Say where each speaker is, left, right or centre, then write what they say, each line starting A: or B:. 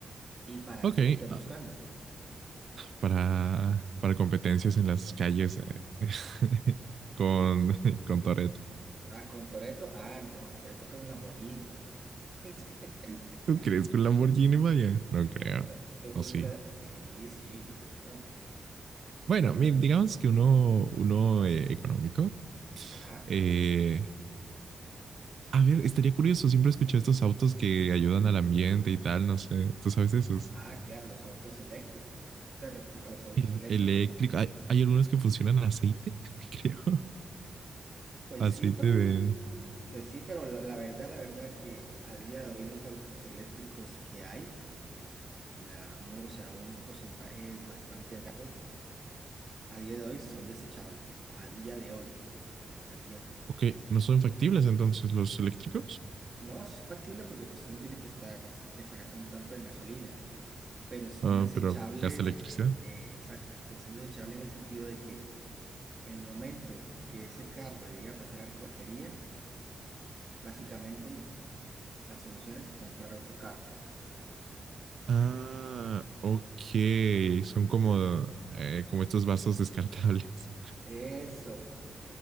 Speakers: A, on the right; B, on the right.
A: ¿Y para
B: Ok,
A: qué lo estés
B: ah,
A: buscando?
B: para, para competencias en las calles eh, <laughs> con,
A: Pues,
B: con Toretto.
A: ah, con Toretto, ah, no, te toca un Lamborghini. <laughs>
B: ¿Tú crees que un Lamborghini vaya? No creo.
A: Un- un-
B: ¿O sí?
A: un- sí, sí, claro. uf,
B: Bueno,
A: un-
B: mira, digamos que uno, uno eh, económico.
A: ajá.
B: Eh, a ver, estaría curioso. Siempre escuché estos autos que ayudan al ambiente y tal. No sé, ¿tú sabes de esos?
A: Ah, claro, los autos eléctricos. Te refieres a los autos
B: El,
A: eléctricos.
B: eléctrico. Hay, hay algunos que funcionan a aceite, <laughs> creo.
A: Pues
B: Aceite
A: sí, pero,
B: de,
A: pues sí, pero la, la verdad, la verdad que a día de hoy los autos eléctricos que hay, la, mu- o sea, un porcentaje bastante alto, a día de hoy son desechables. A día de hoy, a día de
B: Ok, no son factibles entonces los eléctricos,
A: No es factible porque pues tú no tienes que estar, que estar gastando tanto en gasolina, pero son
B: Ah,
A: desechables,
B: pero gasta electricidad.
A: eh, exacto, eh, son desechables en el sentido de que en el momento que ese carro le llega a pasar a la batería, Básicamente, la solución es comprar otro carro.
B: Ah, ok, son como, eh, como estos vasos descartables,
A: Eso.